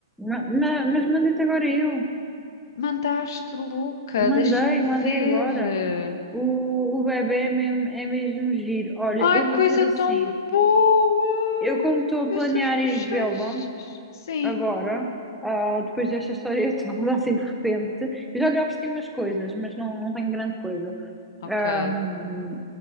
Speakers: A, in the centre; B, on the left (about 55°).
A: ma- ma- mas mandei-te agora eu.
B: Mandaste, Luca,
A: Mandei,
B: deixa-me ver.
A: mandei agora. O, o bebê é mesmo, é mesmo giro. Olha,
B: Ai,
A: eu
B: coisa
A: vou dizer assim,
B: tão boa!
A: eu como estou a
B: Estas
A: planear
B: bochechas.
A: ir vê-lo,
B: Sim,
A: Agora, ah, depois desta história <laughs> toda, assim de repente, eu já lhe ofereci umas coisas, mas não, não tenho grande coisa.
B: ok.
A: Ahm,